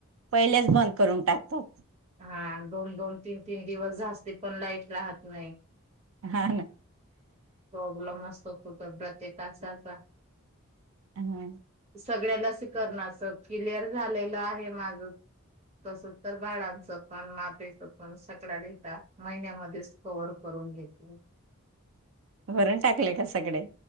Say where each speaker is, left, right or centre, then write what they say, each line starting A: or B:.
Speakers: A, on the right; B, on the right.
A: पहिलेच बंद करून टाकतात.
B: हा दोन दोन तीन तीन दिवस जास्ती पण लाईट राहत नाही.
A: हा ह.
B: प्रॉब्लेम असतो प्रत्येकाचाच
A: हा.
B: सगळ्याला अस करणारत क्लिअर झालेलं आहे माझ तस तर बाळां पण मातेचं पण सगळ्या लता महिन्यामध्येच कवर्ह करून घेते. <unintelligible>
A: वरून टाकले का सगळ